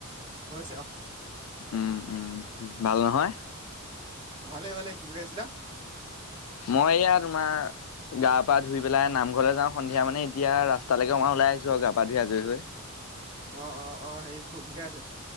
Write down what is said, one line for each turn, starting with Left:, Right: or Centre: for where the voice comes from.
Right: হৈছে আও।
Left: উম উম। ভাল নহয়?
Right: ভালে ভালে। কি কৰি আছিলা?
Left: মই এয়া তোমাৰ গা পা ধুই পেলাই নামঘৰলৈ যাওঁ। সন্ধিয়া মানে এতিয়া ৰাস্তালৈকে মই ওলাই আহছো আৰু গা বাধি আজৰি হৈ
Right: অ অ অ সেই খুল শিকাই আছে?